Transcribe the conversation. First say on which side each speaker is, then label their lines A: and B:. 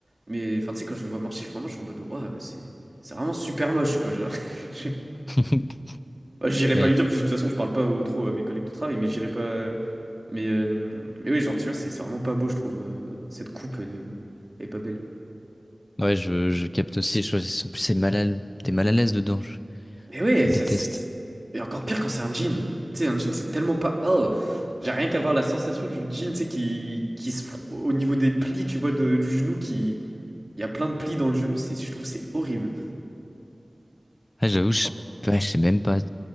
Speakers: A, on the right; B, on the left.
A: Mais enfin tu sais quand je le vois marcher, vraiment je suis en mode ouais, c'est c'est vraiment super moche quoi, genre. <laughs>
B: <laughs>
A: Bah, j'irai
B: Ouais.
A: pas lui dire, parce que de toute façon, je parle pas au- trop à mes collègues de travail, mais j'irai pas. Mais, euh, mais oui, genre, tu vois, c'est c'est vraiment pas beau, je trouve. euh, cette coupe, elle est, elle est pas belle.
B: Ouais, je, je capte aussi. je- en plus, c'est mal à... t'es mal à l'aise dedans. Je,
A: Mais ouais,
B: je
A: ça,
B: déteste.
A: c'est. c'est- Et encore pire quand c'est un jean. Tu sais, un jean, c'est tellement pas. Oh! J'ai rien qu'à voir la sensation du jean, tu sais, qui, qui se. fro- Au niveau des plis, tu vois, de- du genou, qui. Il y a plein de plis dans le genou, c'est, je trouve, c'est horrible.
B: Ah, j'avoue, je,
A: Bon,
B: ouais, je sais même pas. Je,